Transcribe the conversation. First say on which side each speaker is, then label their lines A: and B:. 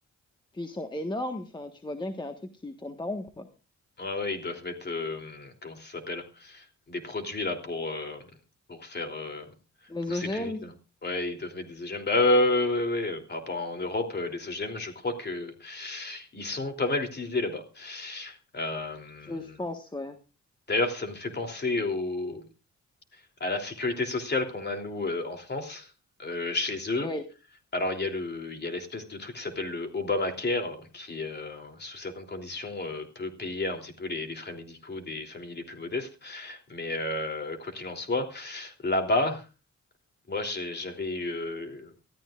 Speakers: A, on the left; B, on the left.
A: Puis ils sont énormes, enfin tu vois bien qu'il y a un truc qui tourne pas rond quoi.
B: Ouais, ouais, ils doivent mettre. euh, comment ça s'appelle? des produits là pour euh, pour faire euh,
A: Les
B: pousser
A: OGM,
B: plus vite là. Ouais, ils doivent mettre des OGM. Bah ouais, ouais, ouais, ouais, ouais. euh, Par rapport à en Europe, euh, les OGM, je crois que ils sont pas mal utilisés là-bas. Euh,
A: je, je pense ouais.
B: D'ailleurs, ça me fait penser au à la sécurité sociale qu'on a nous euh, en France. Euh, chez eux,
A: Oui,
B: alors, il y a le, il y a l'espèce de truc qui s'appelle le Obamacare, qui, euh, sous certaines conditions, euh, peut payer un petit peu les, les frais médicaux des familles les plus modestes. Mais euh, quoi qu'il en soit, là-bas, moi, j'ai- j'avais euh,